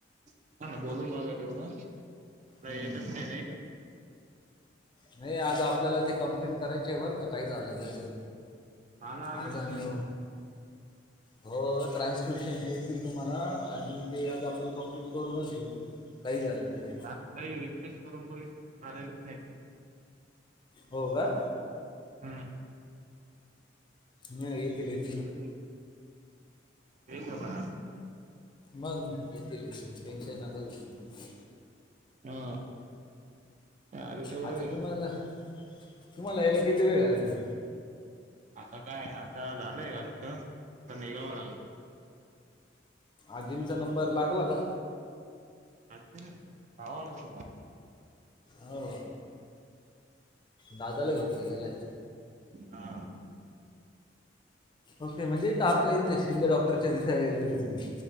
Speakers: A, on the right; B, on the left.
A: हा ना बोलून बघा तेवढं,
B: हम्म
A: येतच नाही-नाही का?
B: नाही आज आपल्याला ते कम्प्लिट करायचं आहे बर का? काय झालं तरी.
A: मला आलेच
B: आज आणि
A: नाही.
B: हो ट्रान्स्क्रिप्शनचे येतील तुम्हाला आणि ते आज आपण कम्प्लिट करूनच घेऊ. काही झालं
A: जास्तही
B: तरी
A: रिप्रेश करून बघितल पण आलेच नाहीत.
B: हो का.
A: हम्म.
B: नाही येतील येती
A: तरी <inaudible>
B: मग येतील येत टेन्शन नका घेऊ तुम्ही मग
A: हा आले तर
B: आता
A: बर आहे.
B: तुम्हाला तुम्हाला यायला किती वेळ आहे आजुन?
A: आता काय आता झालंय वाटत तर निघावं लागल..
B: आजींचा नंबर लागला का?
A: आजींन <unintelligible> <inaudible>
B: हो. दादाला घेऊ दिलेला आहे.
A: हा.
B: ओके म्हणजे आपलं इथे शिंदे डॉक्टरच्या तिथे आलेले आहे तुम्ही.